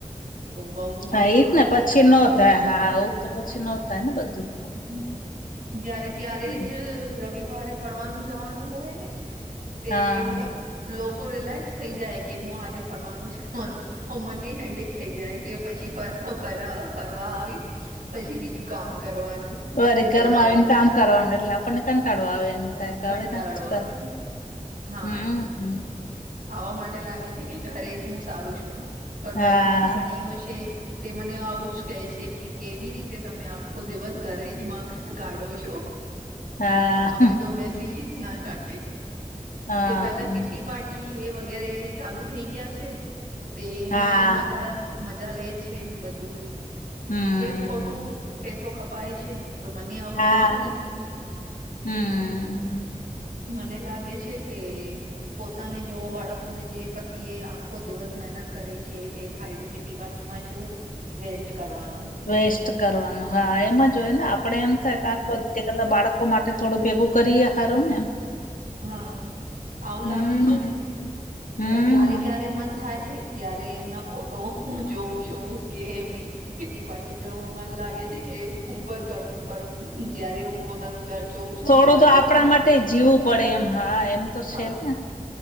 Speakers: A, on the right (about 85°); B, on the left (about 75°).
A: તો બહુ મને
B: હા ઈજ
A: થાક
B: ને પછી
A: લાગે છે
B: ન થાય. હા આવું તો પછી ન થાય ને બધું.
A: હમમ જયારે ક્યારે
B: હમ્મ,
A: જ રવિ રવિવારે ફરવાનું જવાનું હોય ને તે
B: હા,
A: મતલબ લોકો રિલેક્સ થઈ જાય કે હું આજે ફરવાનું જવાનું ઉમરની હેડીક થઈ જાય કે પછી ફરવા આવી પછી બીજું કામ કરવાનું.
B: વળી
A: તે
B: ઘરમાં
A: પેલા
B: આવીને કામ કરવાનું એટલે આપણને કંટાળો આવે એમ. થાય કે
A: કંટાળો
B: હવે ના જ
A: આવે
B: કર
A: હા
B: હમમ.
A: આવા માટે લાગે છે કે ઘરે જ હું સારું છું પણ
B: હા,
A: મારી બેનપણીઓ છે તે મને આવું જ કહે છે કે કેવી રીતે તમે આખો દિવસ ઘરે જ માં કાઢો છો.
B: હા,
A: અમે તો બેસી જ ના શકે.
B: હા,
A: તે પેલા કિટી પાટી એ વગેરે ચાલુ થઈ ગયા છે તે એમાં
B: હા.
A: મજા મજા લે છે બધું
B: હમ્મ,
A: તે ખોટું પેસો ખપાય છે. તો મને આવું
B: હા,
A: ગમતું નથી.
B: હમ્મ.
A: મને લાગે છે કે પોતાને જો બાળકોને જે પતિ એ આખો દિવસ મહેનત કરે છે તે ફાટુ કેટ કીટી પાર્ટી માં શું વેસ્ટ કરવાનું
B: વેસ્ટ કરવાનું હા એમાં જોય ને આપડે એમ થાય કા થાય બાળક કો માટે થોડું ભેગું કરી ને હારું ને
A: હા આવું
B: હમ
A: લાગે છે ને
B: હમ
A: પણ ક્યારે ક્યારે મન થાય છે જ્યારે એમના ફોટો જોઉં છું કે એમની કીટી પાર્ટી જવું મન લાગે છે કે હું પણ કરું પણ જયારે હું પોતાનું ઘર જોઉ શું
B: થોડું
A: તો લાગે
B: આપણા
A: છે ના
B: માટે જીવું પડે એમ હા એમ તો
A: હા
B: છે જ ને